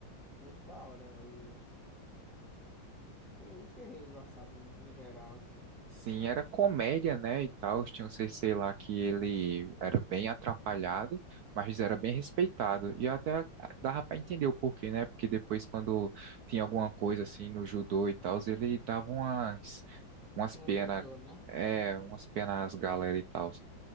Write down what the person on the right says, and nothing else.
Sim, era comédia, né, e tal. Tinha um CC lá que ele era bem atrapalhado, mas
era bem respeitado. E até ah, dava pra entender o porquê, né? Porque depois, quando tinha alguma coisa assim no judô e tal, ele dava umas, umas
penas,
é, umas penas às galera e tal,